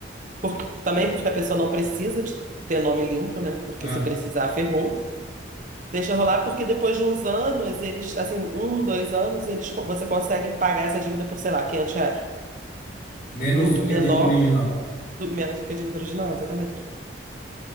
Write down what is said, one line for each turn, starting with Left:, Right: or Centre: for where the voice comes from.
Right: Por- também porque a pessoa não precisa de ter nome limpo, né? Porque
Left: aham.
Right: se precisar, ferrou. Deixa rolar porque depois de uns anos, eles, assim, um, dois anos, eles, co- você consegue pagar essa dívida por, sei lá, 500 reais.
Left: Menos
Right: Muito
Left: do que
Right: menor,
Left: a dívida original.
Right: do- menos do que a dívida original, exatamente.